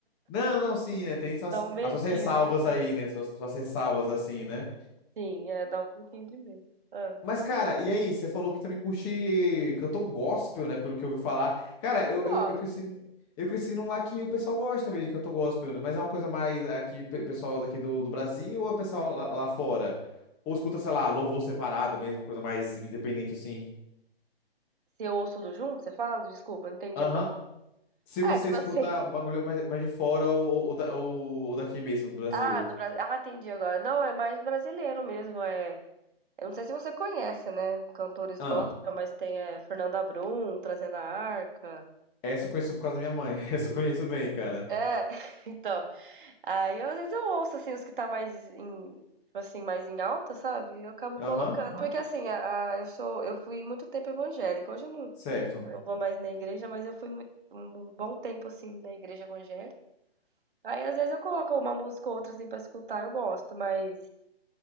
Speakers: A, on the left; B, on the right.
A: Não, não, sim, né? Tem suas,
B: dá um medinho
A: as suas ressalvas
B: assim, né.
A: aí, né? Suas, suas ressalvas, assim, né?
B: Sim, é, dá um pouquinho de medo. Hã.
A: Mas, cara, e aí? Você falou que também curte cantor gospel, né? Pelo que eu ouvi falar. Cara, eu,
B: Eu gosto.
A: eu, eu cresci, no- eu cresci num lá que o pessoal gosta mesmo de cantor gospel, né? Mas é uma coisa mais aqui, pe- pessoal daqui do, do Brasil ou é pessoal lá, lá fora? Ou escuta, sei lá, louvor separado mesmo, uma coisa mais independente assim?
B: Se eu ouço tudo junto, você fala? Desculpa, eu não entendi
A: Aham.
B: a pergunta.
A: Se você
B: É, tipo
A: escuta
B: assim
A: o bagulho mais, mais de fora ou, ou, ou da- ou- ou daqui mesmo,
B: <laughs>
A: do Brasil.
B: ah, do Brasil ah, entendi agora. Não, é mais brasileiro mesmo, é eu não sei se você conhece, né, cantores
A: Ah,
B: gospel, mas tem, eh, Fernanda Brum, Trazendo a Arca.
A: essa eu conheço por causa da minha mãe. <laughs> Essa eu conheço bem, cara.
B: É, <laughs> então. Aí às vezes eu ouço assim os que tá mais em, tipo assim, mais em alta, sabe? E eu acabo
A: Aham,
B: colocando. Porque assim, a, a- eu sou, eu fui muito tempo evangélica. Hoje eu não,
A: certo.
B: não vou mais na igreja, mas eu fui muito, um bom tempo assim na igreja evangélica. Aí às vezes eu coloco uma música ou outra assim pra escutar, eu gosto, mas